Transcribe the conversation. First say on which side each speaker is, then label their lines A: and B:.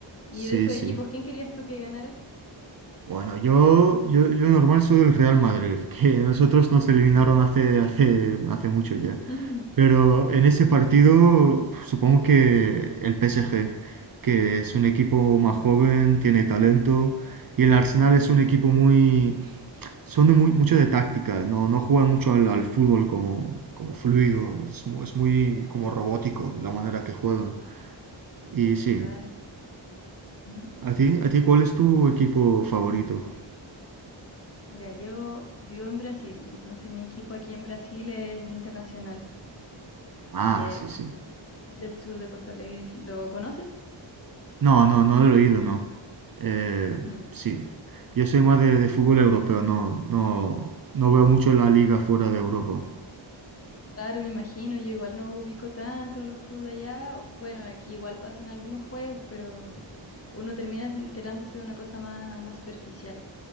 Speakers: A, on the left; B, on the right.
A: ¿Y
B: Sí,
A: de esos
B: sí.
A: equipos, quién querías tú que ganara?
B: Bueno, yo, yo, yo normal soy del Real Madrid, <laughs> que nosotros nos eliminaron
A: Ujú.
B: hace, hace, hace mucho ya.
A: <laughs>
B: Pero en ese partido, supongo que el PSG, que es un equipo más
A: Ujú,
B: joven, tiene talento, y el Arsenal es un equipo muy... son de muy, mucho de táctica, no, no juegan mucho al, al fútbol como, como fluido, es, mu- es muy como robótico la manera que juegan. Y sí,
A: Claro. ujú,
B: ¿a ti, a ti cuál es tu equipo favorito?
A: Mira, yo vivo en Brasil, entonces mi equipo aquí en Brasil es el Internacional,
B: Ah,
A: que
B: sí, sí.
A: es es del sur de Porto Alegre. ¿Lo conoces?
B: No, no, no lo he oído, no. Eh,
A: Ujú.
B: sí. Yo soy más de, de fútbol europeo, no, no, no veo mucho la liga fuera de Europa.
A: Claro, me imagino, yo igual no ubico tanto los clubes de allá. Bueno, aquí igual pasan algunos juegos, pero uno termina enterándose de una cosa más, más superficial.